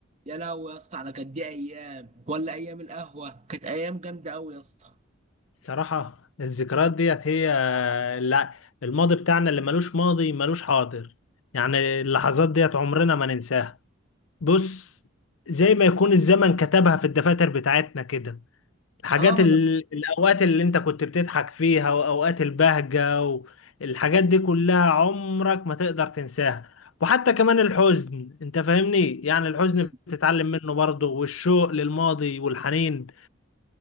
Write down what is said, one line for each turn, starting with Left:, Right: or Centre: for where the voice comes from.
Right: يا لهوي يا اسطى على كانت دي ايام ولا ايام القهوه كانت ايام جامده قوي يا اسطى
Left: صراحة الذكريات ديت هي لا الماضي بتاعنا اللي ملوش ماضي ملوش حاضر يعني اللحظات ديت عمرنا ما ننساها بص زي ما يكون الزمن كتبها في الدفاتر بتاعتنا كده الحاجات
Right: اه ما
Left: ال...
Right: انا
Left: الأوقات اللي انت كنت بتضحك فيها وأوقات البهجة والحاجات دي كلها عمرك ما تقدر تنساها وحتى كمان الحزن انت فاهمني يعني الحزن
Right: بقول.
Left: بتتعلم منه برضه والشوق للماضي والحنين